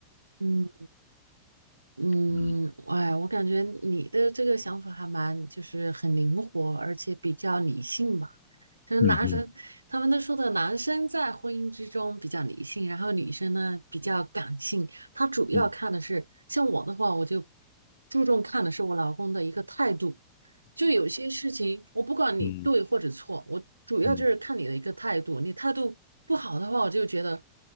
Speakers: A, on the right (about 80°); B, on the left (about 50°).
A: 嗯，嗯，
B: 嗯
A: 哎，我感觉你的这个想法还蛮，就是很灵活，而且比较理性吧。就是男生，
B: 嗯嗯。
A: 他们都说的男生在婚姻之中比较理性，然后女生呢比较感性。他主要看的是，
B: 嗯
A: 像我的话，我就注重看的是我老公的一个态度，就有些事情，我不管你对或者错，
B: 嗯
A: 我主要就是看你的一个态度。
B: 嗯
A: 你态度不好的话，我就觉得，